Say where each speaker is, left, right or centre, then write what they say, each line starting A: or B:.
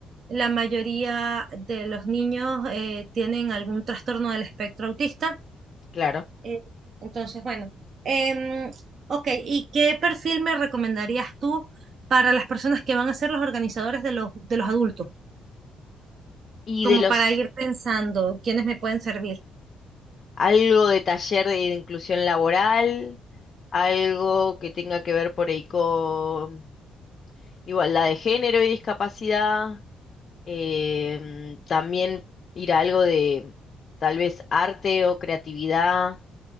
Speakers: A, on the right; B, on the left.
A: la mayoría de los niños eh, tienen algún trastorno del espectro autista.
B: claro.
A: Eh, entonces, bueno. Em, ok, ¿y qué perfil me recomendarías tú para las personas que van a ser los organizadores de los, de los adultos?
B: Y
A: Como
B: de los,
A: para ir pensando quiénes me pueden servir.
B: algo de taller de inclusión laboral, algo que tenga que ver por ahí con igualdad de género y discapacidad, em, también ir a algo de tal vez arte o creatividad.